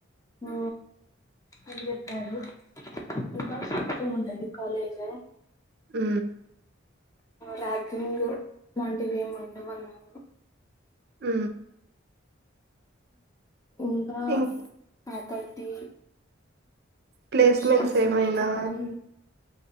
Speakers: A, on the left; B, on the right.
A: ఆ అని చెప్పారు. ఇంకా <inaudible> ఉంటది కాలేజు
B: హు
A: ర్యాకింగ్ ఇలాంటివి ఏమి ఉండవన్నారు.
B: ఉ
A: ఉ ఇంకా
B: ఇంకా
A: ఫ్యాకల్టీ
B: ప్లేస్మెంట్స్
A: లెక్చరర్స్
B: ఏవైనా
A: చెప్పడం